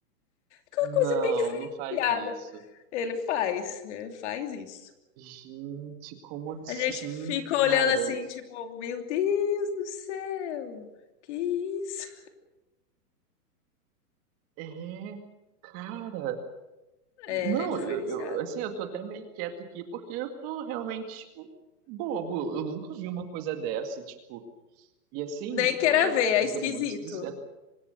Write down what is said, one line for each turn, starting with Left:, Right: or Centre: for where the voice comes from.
Left: Que é
Right: não,
Left: uma coisa bem diferenciada.
Right: não faz isso.
Left: Ele faz, ele faz isso.
Right: Gente, como assim,
Left: A gente fica
Right: cara?
Left: olhando assim, tipo, meu Deus do céu, que isso?
Right: É, cara.
Left: É,
Right: Não,
Left: ele é diferenciado.
Right: eu, eu- assim, eu tô até meio quieto aqui porque eu tô realmente, tipo, bobo. Eu nunca vi uma coisa dessa, tipo, e assim,
Left: Nem
Right: cara,
Left: queira ver, é
Right: pra
Left: esquisito.
Right: ser muito sincero.